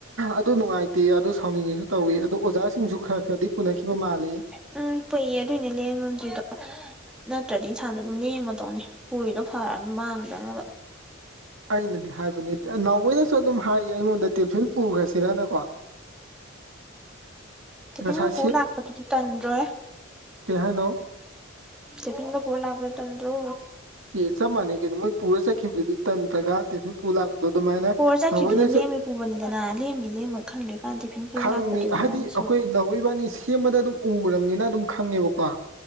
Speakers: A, on the right; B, in the centre.
A: ꯑꯗꯨ ꯅꯨꯡꯉꯥꯏꯇꯦ ꯑꯗꯨ ꯁꯥꯎꯅꯤꯡꯉꯦꯁꯨ ꯇꯧꯏꯤ ꯑꯗꯣ ꯑꯣꯖꯥꯁꯤꯡꯁꯨ ꯈꯔ ꯈꯔꯗꯤ ꯄꯨꯅꯈꯤꯕ ꯃꯥꯜꯂꯤ
B: ꯅꯪ ꯄꯏꯌꯦ ꯑꯗꯨꯏꯅꯦ ꯂ ꯃꯝꯗ꯭ꯔꯤꯗꯣ ꯅꯠꯇ꯭ꯔꯗꯤ ꯏꯟꯁꯥꯡꯗꯣ ꯑꯗꯨꯝ ꯂꯦꯝꯃꯗꯧꯅꯦ ꯄꯨꯔꯤꯗꯣ ꯐꯔꯒ ꯃꯥꯡꯗꯅꯕ
A: ꯑꯩꯅꯗꯤ ꯍꯥꯏꯕꯅꯦ ꯅꯥꯎꯕꯣꯏꯅꯁꯨ ꯑꯗꯨꯝ ꯍꯥꯏꯌꯦ ꯑꯩꯉꯣꯟꯗ ꯇꯦꯂꯤꯐꯤꯤꯟ ꯄꯨꯈ꯭ꯔꯁꯤꯔꯅꯀꯣ ꯉꯁꯥꯏ
B: ꯎꯝ ꯣ ꯂꯥꯛꯄꯗꯨꯗꯤ ꯇꯟꯗ꯭ꯔꯣꯦ
A: ꯀꯍꯅꯣ
B: ꯗꯦꯐꯤꯟꯒ ꯐꯣꯣꯔ ꯂꯥꯛꯕ ꯇꯟꯣ
A: ꯑꯦ ꯆꯞ ꯃꯥꯟꯅꯩ ꯀꯩꯅꯣ ꯃꯣꯏ ꯄꯨꯔꯒ ꯆꯠꯈꯤꯕꯗꯨꯗꯤ ꯇꯟ꯭ꯔꯒ ꯇꯦꯟꯐ ꯄꯨ ꯂꯥꯛꯄꯗꯣ ꯑꯗꯨꯃꯥꯏꯅ
B: ꯄꯨꯔ ꯆꯠꯈꯤꯕꯗꯨꯗꯤ
A: ꯅꯥꯎꯕꯣꯏꯅꯁꯨ
B: ꯂꯦꯝꯕꯩ ꯄꯨꯕꯅꯤꯗꯅ ꯂꯦꯝꯅꯤ ꯂꯦꯝꯃꯣꯏ ꯈꯪꯗ꯭ꯔꯤꯀꯥꯟ ꯇꯤꯐꯤꯟ ꯄꯨ
A: ꯈꯪꯉꯤ
B: ꯂꯥꯛꯄꯗꯨꯗꯤ
A: ꯍꯥꯏꯗꯤ
B: ꯅꯪꯁꯨ
A: ꯑꯩꯈꯣꯏ ꯅꯥꯎꯕꯣꯢ ꯏꯕꯥꯅꯤ ꯁꯦꯝꯕꯗ ꯑꯗꯨꯝ ꯎꯈ꯭ꯔꯕꯅꯤꯅ ꯑꯗꯨꯝ ꯈꯪꯉꯦꯕꯀꯣ